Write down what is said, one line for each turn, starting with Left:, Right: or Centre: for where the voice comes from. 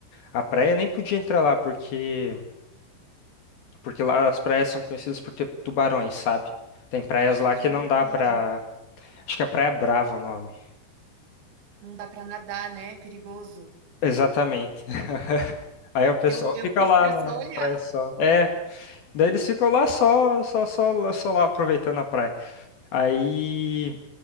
Left: A praia nem podia entrar lá porque, porque lá as praias são conhecidas por ter tubarões, sabe? Tem praias
Right: Ah,
Left: lá
Right: eu
Left: que
Right: já
Left: não
Right: ouvi
Left: dá
Right: falar
Left: pra.
Right: disso.
Left: Acho que é Praia Brava o nome.
Right: Não dá pra nadar, né, é perigoso.
Left: Exatamente. <laughs> Aí o pessoal
Right: Eu eu
Left: fica
Right: prefiro
Left: lá na
Right: só
Left: na
Right: olhar.
Left: praia só. É, Daí eles ficam lá só, só, só, lá- só lá aproveitando a praia. Aí,